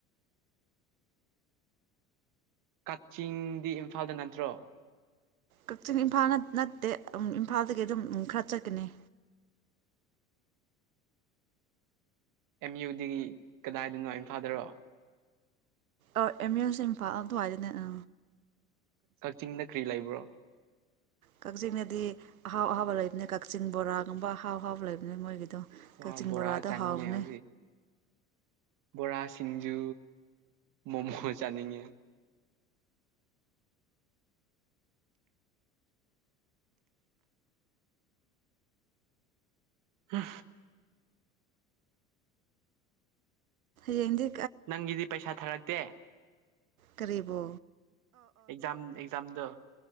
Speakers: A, on the right; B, on the right.
A: ꯀꯛꯆꯤꯡꯗꯤ ꯏꯝꯐꯥꯜꯗ ꯅꯠꯇ꯭ꯔꯣ
B: ꯀꯛꯆꯤꯡ ꯏꯝꯐꯥꯜꯅ ꯅꯠꯇꯦ ꯏꯝꯐꯥꯜꯗꯒꯤ ꯑꯗꯨꯝ ꯈꯔ ꯆꯠꯀꯅꯤ
A: ꯑꯦꯝ ꯌꯨꯗꯤꯒꯤ ꯀꯗꯥꯏꯗꯣꯏꯅꯣ ꯏꯝꯐꯥꯜꯗꯔꯣ
B: ꯑ ꯑꯦꯝ ꯌꯨꯁ ꯏꯝꯐꯥꯜ ꯑꯗ꯭ꯋꯥꯢꯗꯅꯦ ꯑ
A: ꯀꯛꯆꯤꯡꯗ ꯀꯔꯤ ꯂꯩꯕ꯭ꯔꯣ
B: ꯀꯛꯆꯤꯡꯗꯗꯤ ꯑꯍꯥꯎ ꯑꯍꯥꯎꯕ ꯂꯩꯕꯅꯦ ꯀꯛꯆꯤꯡ ꯕꯣꯔꯥꯒꯨꯝꯕ ꯑꯍꯥꯎ ꯑꯍꯥꯎꯕ ꯂꯩꯕꯅꯦ ꯃꯣꯏꯒꯤꯗꯣ
A: ꯃꯥ
B: ꯀꯛꯆꯤꯡ
A: ꯕꯣꯔꯥ
B: ꯕꯣꯔꯥꯗꯣ
A: ꯆꯥꯅꯤꯡꯉꯦ
B: ꯍꯥꯎꯕꯅꯦ
A: ꯍꯧꯖꯤꯛ ꯕꯣꯔꯥ ꯁꯤꯡꯖꯨ ꯃꯣꯃꯣ ꯆꯥꯅꯤꯡꯉꯦ ꯑ
B: ꯌꯦꯡꯗꯤ
A: ꯅꯪꯗꯤ ꯄꯩꯁꯥ ꯊꯔꯛꯇꯦ
B: ꯀ꯭ꯔꯤꯕꯣ
A: ꯑꯦꯛꯖꯝ ꯑꯦꯛꯖꯝꯗ